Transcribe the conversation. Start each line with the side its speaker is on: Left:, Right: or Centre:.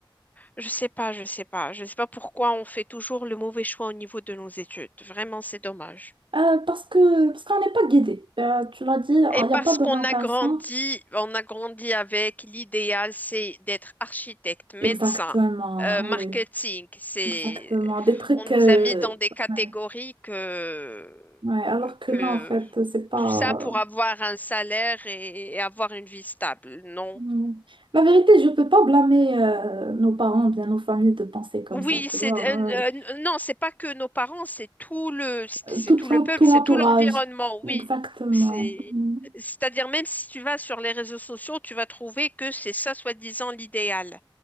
Left: Je sais pas, je sais pas, je sais pas pourquoi on fait toujours le mauvais choix au niveau de nos études. Vraiment, c'est dommage.
Right: Euh, parce que parce qu'on n'est pas guidé. Euh, tu l'as dit, il
Left: Et
Right: n'y
Left: parce
Right: a pas d'orientation.
Left: qu'on a grandi, on a grandi avec l'idéal, c'est d'être architecte, médecin,
Right: Exactement,
Left: euh, marketing.
Right: oui,
Left: C'est,
Right: exactement. Des trucs.
Left: on nous
Right: euh,
Left: a mis dans des catégories
Right: Ouais.
Left: que,
Right: ouais, alors que
Left: que
Right: non, en fait, c'est pas.
Left: tout ça pour avoir un salaire et, et avoir une vie stable. Non,
Right: Ouais. La vérité, je peux pas blâmer euh, nos parents, bien nos familles de penser comme
Left: Oui,
Right: ça, tu
Left: c'est
Right: vois.
Left: euh,
Right: ouais, ouais.
Left: euh, non, c'est pas que nos parents, c'est tout le c'est
Right: Euh, Tout
Left: tout le
Right: l'en-
Left: peuple,
Right: tout
Left: c'est
Right: l'entourage.
Left: tout l'environnement. Oui,
Right: Exactement.
Left: c'est
Right: Hmm.
Left: c'est-à-dire même si tu vas sur les réseaux sociaux, tu vas trouver que c'est ça soi-disant l'idéal.